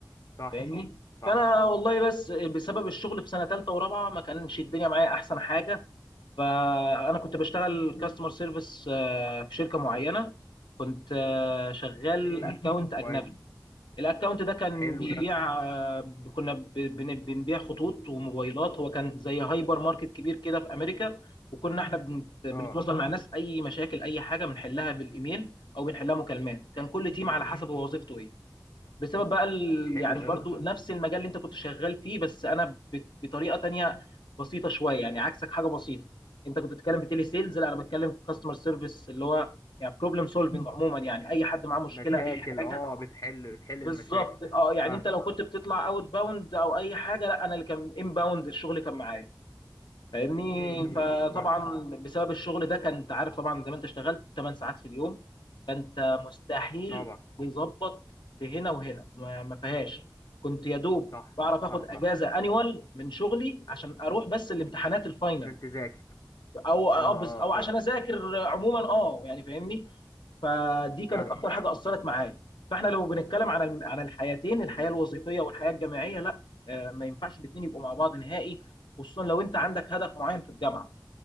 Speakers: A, on the left; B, on the left.
A: صح
B: فاهمني
A: صح
B: فانا والله بس بسبب الشغل في سنه ثالثه ورابعه ما كانش الدنيا معايا احسن حاجه فانا كنت بشتغل كاستمر سيرفيس في شركه معينه كنت آه، شغال
A: امم
B: اكونت اجنبي
A: كويس
B: الاكونت ده كان
A: حلو
B: بيبيع
A: ده
B: آه، كنا ب- بن- بنبيع خطوط وموبايلات هو كان زي هايبر ماركت كبير كده في امريكا وكنا احنا بنت- بنتواصل
A: اه
B: مع ناس اي مشاكل اي حاجه بنحلها بالايميل او بنحلها مكالمات كان كل تيم
A: امم
B: على
A: إمم.
B: حسب هو وظيفته ايه بسبب بقى ال...
A: حلو
B: يعني
A: ده
B: برضو نفس المجال اللي انت كنت شغال فيه بس انا ب... بطريقه تانية بسيطه شويه يعني عكسك حاجه بسيطه انت كنت بتتكلم في تيلي سيلز لا انا بتكلم في كاستمر سيرفيس اللي هو يعني بروبلم سولفنج عموما يعني اي حد معاه مشكله
A: مشاكل
B: اي حاجه
A: اه بتحل بتحل
B: بالظبط
A: المشاكل
B: اه يعني
A: فاهمك
B: انت لو كنت بتطلع اوت باوند او اي حاجه لا انا اللي كان ان باوند الشغل كان معايا فاهمني
A: امم امم
B: فطبعا
A: إمم، فاهم
B: بسبب الشغل ده كان انت عارف طبعا زي ما انت اشتغلت 8 ساعات في اليوم فانت مستحيل
A: طبعا
B: تظبط في هنا وهنا ما ما فيهاش كنت يا دوب
A: صح
B: بعرف اخد
A: صح
B: اجازه
A: صح
B: انيوال من شغلي عشان اروح بس الامتحانات الفاينل
A: عشان تذاكر
B: او او
A: اه
B: بس- او
A: اه فهمت
B: عشان اذاكر عموما اه يعني فاهمني فدي كانت
A: فاهم
B: اكتر
A: فاهم
B: حاجه اثرت معايا فاحنا لو بنتكلم عن الم- عن الحياتين الحياه الوظيفيه والحياه الجامعيه لا آه، ما ينفعش الاثنين يبقوا مع بعض نهائي خصوصا لو انت عندك هدف معين في الجامعه